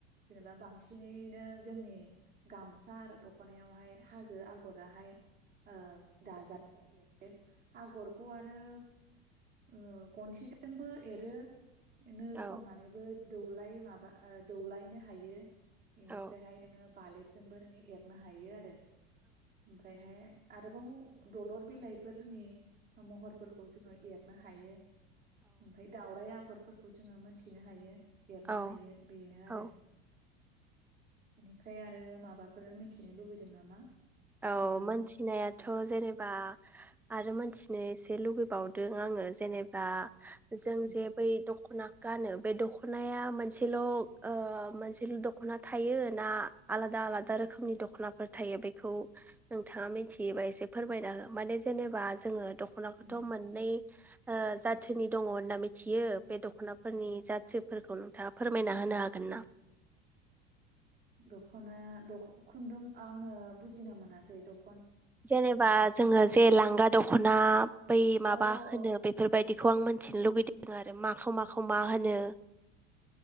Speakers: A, on the right (about 30°); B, in the centre.
A: जेनेबा बांसिनैनो जोंनि गामसा आरो दखनायावहाय हाजो आगराहाय ओ दाजा योबा एरो। आगरखौ आरो उम गनथिजोंबो एरो। नो
B: औ
A: खननानैबो दौलाय माबा ओ दौलायनो हायो। बेनिफ्रायहाय
B: औ
A: नोङो बालेबजोंबो नोङो एर नो हायो आरो। ओमफ्रायहाय आरोबाव दलर बिलाइफोरनि महरफोरखौ जोङो एर नो हायो। ओमफाय दाउराय आग गरफोरखौ जोङो मोनथिनो हायो। एरनो
B: औ
A: हायो बेनो आरो।
B: औ
A: बेनिफ्राय आरो माबाफोर मिथिनो लुबैदों नामा
B: औ
A: नोंथाङा
B: मोनथिनायाथ' जेनेब बा आरो मोनथिनो एसे लुबैबावदों आङो जेनेबा जों
A: उम
B: जे बै दखना गानो बे दखनाया मोनसेल' ओ मोनसेल' दख'ना थायो ना आलादा आलादा रोखोमनि दख'नाफोर थायो, बे खौ नोंथाङा मिथियोबा एसे फोरमायना हो? माने जेनेबा जोङो दखनाखौथ'
A: उम
B: मोननै ओ जाथोनि दङ होनना मिथियो बे दखनाफोरनि जाथोफोरखौ नोंथाङा फोरमायना होनो हागोन ना?
A: दखना दख खुन्दुं आङो बुजिनो मोनासै दख
B: जेनेबा जोंङो जे लांगा दखन ना बै माबा
A: अ
B: होनो
A: अ
B: बेफोरबायदि बेखौ आं मोनन्थिनो लुगैदो। आरो माखौ
A: अ
B: माखौ
A: अ
B: मा होनो